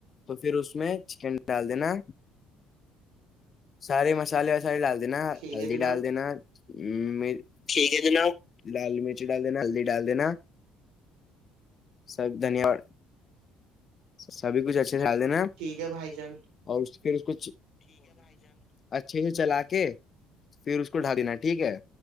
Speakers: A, on the left; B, on the right.
A: تو پھر اس میں چکن ڈال دینا سارے مسالے وسالے ڈال دینا
B: ٹھیک
A: ہلدی
B: ہے جناب
A: ڈال دینا ہ ٹھیک ہے جنا لال مرچ ڈال دینا ہلدی ڈال دینا سب دھنیہو سبھی کچھ اچھے خھل دینا
B: ٹھیک ہے بھائی جان
A: اور پھر اس کو اچھے سے چلا کے پھر اس کو ڈھا دینا ٹھیک ہے